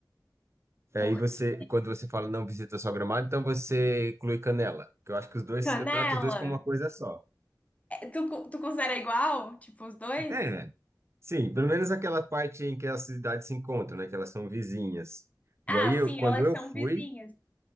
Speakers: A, on the right; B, on the left.
A: aí
B: porque
A: você, quando você fala não visita só Gramado, então você inclui Canela, que eu acho que os dois,
B: Canela
A: eu trato os dois como uma coisa só.
B: Tu, co- tu considera igual? Tipo, os dois?
A: É, sim, pelo menos aquela parte em que as cidades se encontram, né, que elas são vizinhas. E
B: Ah,
A: aí, eu,
B: sim,
A: quando
B: elas
A: eu
B: são
A: fui,
B: vizinhas.